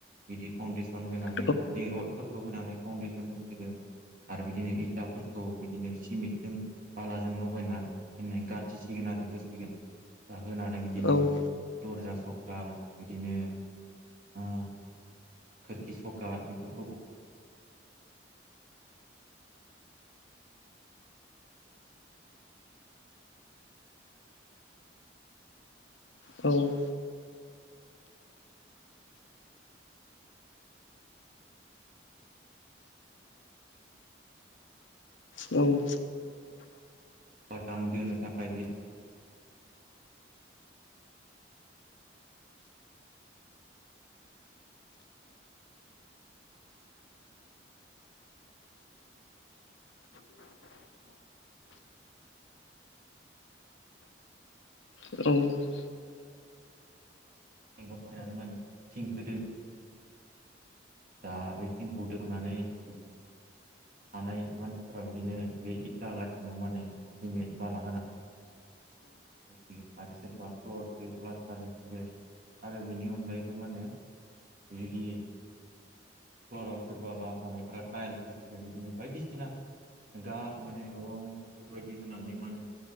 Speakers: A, on the right; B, on the left.
A: बिदि फाउन्डेसन होनानै
B: औ
A: दिरडफोरखौ होनानै फाउन्डेसन होसिगोन। आरो बिदिनो इथाफोरखौ बिदिनो सिमेन्टजों बालाजों लगायना होननाय गा <unintelligible> आरो होसिगोन। दा होनानै बिदिनो
B: औ औ
A: दर्जा सकात बिदिनो ओ खोरखि सकात बेफोरखौ
B: औ औ
A: बाताम दोनो थाखाय बिदि
B: औ
A: <unintelligible> माने थिंखौ <inaudible> दा बे थिंखौ दोननानै <inaudible> हानाय मानसिफ्रा बिदिनो बे इथा गाथिनाव माने सिमेन्ट बाला होना होसिगोन आरो सोरबा फ्लरखौ प्लास्टार होसिगोन आरो बेनि अनगायैबो मा होनो <unintelligible> फ्लराव सोरबाबा हानायफ्रा टाइल्स होसिगोन बिदिनो बायदिसिना गाब माने रं बेफोरबायदि होनानै माने